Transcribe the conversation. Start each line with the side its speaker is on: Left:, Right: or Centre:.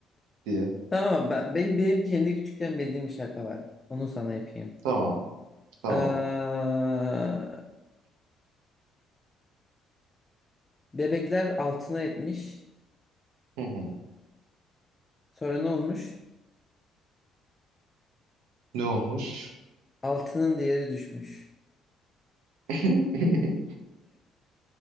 Right: diye.
Left: tamam ben, benim, benim kendi küçükken bildiğim bir şaka var. Onu sana yapayım.
Right: Tamam. Tamam.
Left: Aa, bebekler altına etmiş.
Right: Hı hı.
Left: Sonra ne olmuş?
Right: Ne olmuş?
Left: Altının değeri düşmüş.
Right: <laughs>